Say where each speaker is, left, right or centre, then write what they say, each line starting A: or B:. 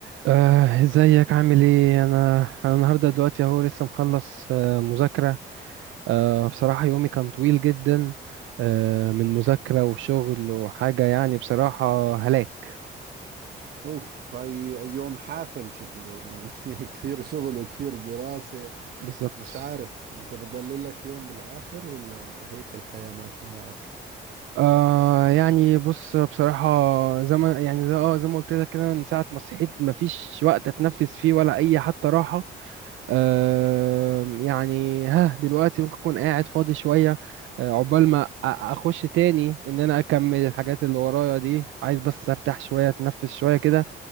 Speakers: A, on the right; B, on the right.
A: آه، ازيك عامل ايه انا انا النهارده دلوقتي اهو لسه مخلص آه، مذاكره آه، بصراحه يومي كان طويل جدا آه، من مذاكره وشغل وحاجه يعني بصراحه هلاك
B: اوف هاي يوم حافل شكله يعني <laughs> كثير شغل وكثير دراسة
A: بالظبط
B: مش عارف انت بتضل لك يوم بالاخر ولا هيك الحياة ماشي معك
A: آه يعني بص بصراحة زي ما يعني زي اه زي ما قلت لك كده من ساعة ما صحيت مفيش وقت اتنفس فيه ولا أي حتى راحة آم، يعني ها دلوقتي ممكن اكون قاعد فاضي شويه آه، عقبال ما أ- اخش تاني ان انا اكمل الحاجات اللي ورايا دي عايز بس ارتاح شويه اتنفس شويه كده